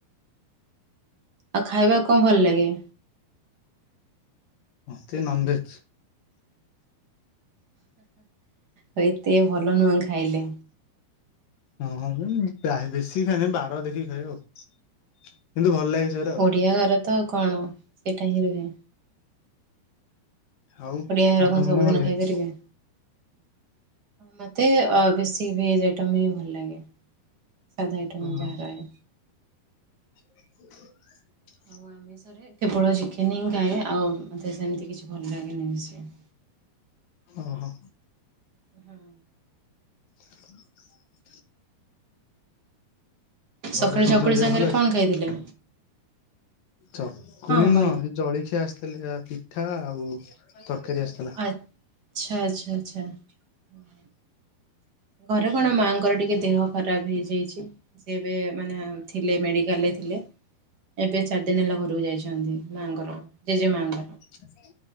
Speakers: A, on the right; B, on the left.
A: ଆଉ ଖାଇବାକୁ କଣ ଭଲ ଲାଗେ?
B: ମତେ ନନ୍ ଭେଜ୍
A: ଆଉ ଏତେ ଭଲ ନୁହଁ ଖାଇଲେ।
B: ହଁଁ ଅ ବେଶୀ ଖାଏନି ବାର ଦେଖିକି ଖାଏ ଆଉ କିନ୍ତୁ ଭଲ ଲାଗେ ସେଗୁରା ଆଉ।
A: ଓଡିଆ ଘର ତ କଣ ଏଟା ହିଁ ରୁହେ।
B: ଆଉ
A: ଓଡିଆ ଘର
B: ଆପଣଙ୍କୁ
A: କଣ ସବୁଦିନ
B: ଭଲ ଲାଗେ?
A: ଖାଇପାରିବେ ମୋତେ ଅ ବେଶୀ ଭେଜ୍ ଆଇଟମ୍ ହିଁ ଭଲ ଲାଗେ ସାଧା ଆଇଟମ୍
B: ଓହୋ
A: ଯାହା ରହେ।
B: <inaudible>
A: ଆଉ ଆମିଷରେ କେବଳ ଚିକେନ ହିଁ ଖାଏ ଆଉ ମୋତେ ସେମିତି କିଛି ଭଲ ଲାଗେନି ବେଶି।
B: ଓ ହୋ।
A: ହୁଁ
B: <inaudible>
A: ସକାଳେ
B: ଘର ସମସ୍ତଙ୍କ
A: ଚକୁଳି
B: ଦେହ
A: ସାଙ୍ଗରେ
B: ଭଲ ଅଛି?
A: କଣ ଖାଇଥିଲେ?
B: ଚକୁଳି
A: ହଁ ଭଲ
B: ନୁହ ଏ ଜଳଖିଆ ଆସିଥିଲା ପିଠା ଆଉ ତରକାରୀ ଆସିଥିଲା।
A: ଆଛା ଆଚ୍ଛା ଆଛା। <inaudible> ଘରେ କଣ ମାଆଙ୍କର ଟିକେ ଦେହ ଖରାପ ହେଇଯାଇଛି। ସେ ଏବେ ମାନେ ଥିଲେ ମେଡିକାଲରେ ଥିଲେ ଏବେ ଚାରି ଦିନ ହେଲା ଘରକୁ ଯାଇଛନ୍ତି ମାଆଙ୍କର ଜେଜେ ମାଙ୍କର
B: ତ ସେ